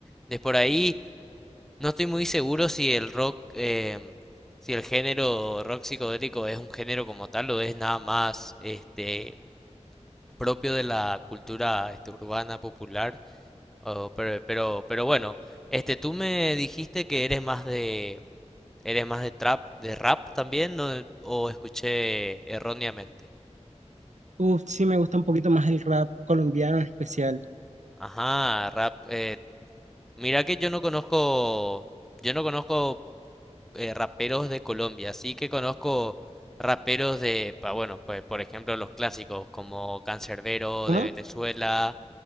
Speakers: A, in the centre; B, on the right (about 85°).
A: De por ahí, no estoy muy seguro si el rock, em, si el género rock psicodélico es un género como tal o es nada más este propio de la cultura este, urbana popular. o- pero, pero, pero bueno, este, tú me dijiste que eres más de, eres más de trap, de rap también, ¿no? o escuché erróneamente.
B: Uf, sí me gusta un poquito más el rap colombiano en especial.
A: Ajá, rap. eh, mira que yo no conozco, yo no conozco eh, raperos de Colombia. Sí que conozco raperos de, pa- bueno, pues por ejemplo los clásicos como Canserbero
B: ¿Cómo?
A: de Venezuela,